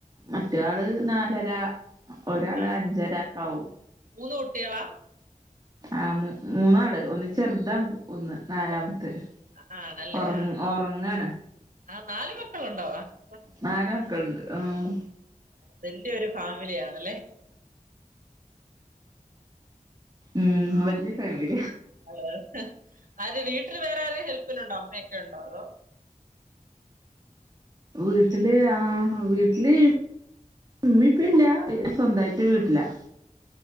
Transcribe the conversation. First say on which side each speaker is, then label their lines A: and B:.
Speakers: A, on the right; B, on the right.
A: മറ്റെ ആള് നാലര ഒരാള്
B: ആ
A: അഞ്ചരക്കാവും
B: മൂന്ന് കുട്ടികളാ
A: ആ മൂന്നാള് ഒന്ന് ചെറുതാണ് ഒന്ന് നാലാമത്തെ
B: ഓ, ആണല്ലേ
A: ഒറ
B: ആ
A: ഒറങ്ങാണ്
B: ആ നാല് മക്കളുണ്ടോ ആ
A: നല് മക്കളുണ്ട് ആഹ്
B: വല്ല്യൊരു ഫാമിലി ആണല്ലേ
A: ഉം വല്ല്യ ഫാമിലി
B: ഹലോ അതെ വീട്ടിൽ വേറെ ആരെ ഹെൽ അപ്പനുണ്ടോ അമ്മയൊക്കെ ഉണ്ടോ അതോ
A: വീട്ടില് ആ വീട്ടില് ഉമ്മിപ്പല്ല സ്വന്തായിട്ട് വീട്ടിലാ